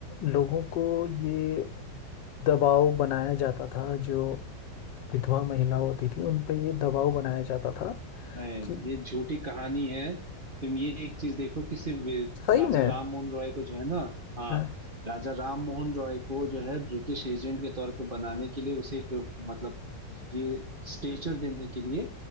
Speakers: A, on the left (about 80°); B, on the right (about 30°).
A: लोगों को ये दबाव बनाया जाता था जो विधवा महिला होती थी उन पे ये दबाव बनाया जाता था
B: नहीं
A: कि
B: ये झूठी कहानी है तुम ये एक चीज देखो कि सिर्फ वे-
A: सही
B: राजा
A: में
B: राम मोहन रॉय को जो है ना हाँ
A: हाँ,
B: राजा राम मोहन रॉय को जो है ब्रिटिश एजेंट के तौर पे बनाने के लिए उसे एक मतलब ये स्टेचर देने के लिए